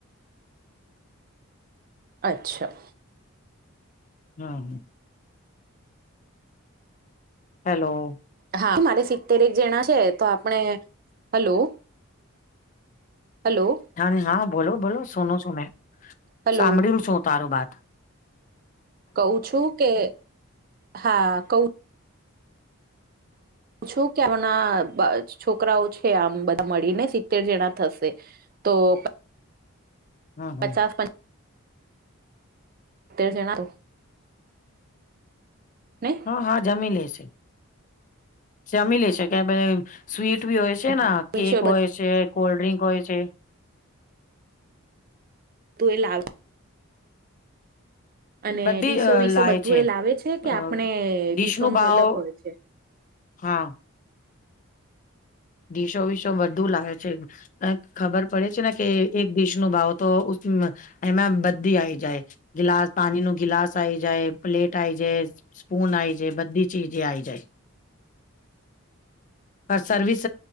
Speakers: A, on the right (about 40°); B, on the left (about 35°).
A: અચ્છા,
B: હા હા હેલો
A: હા મારે સિત્તેરક જણા છે તો આપણે હલો હલો
B: હા હા બોલો બોલો સોનું છું મેં
A: હલો
B: સાંભળ્યું છું તારું બાત
A: કઉ છું કે હા ક પૂછું કે હમણા છોકરાઓ છે આમ બધા મળીને સિત્તેર જણા થશે તો
B: હા હા.
A: પચાસ પ તે ચેણા નઈ
B: હા હા જમી લે છે જમી લે છે. કે ભ સ્વીટ બી હોય છે
A: હ
B: ને કેક
A: હ
B: હોય છે કોલ્ડ્રિંક હોય છે.
A: તું એ લાવ અને
B: બધી
A: ડીસો
B: અ
A: વિીસો
B: લાય
A: બધું
B: છે
A: એ લાવે છે કે
B: અ
A: આપણે
B: ડીશ
A: ડીસો નું
B: ભાવ
A: અલગ હોય છે.
B: હા ડીસો વિસો બધું લાગે છે. ખબર પડે છે ને કે એક દેશ નું ભાવ તો એમાં બધી આવી જાય ગિલાસ પાણી નું ગિલાસ આઈ જાય પ્લેટ આઈ જાય સ્પૂન આઈ જાય બધી ચીજ આઈ જાય
A: <inaudible>
B: અ સર્વિસ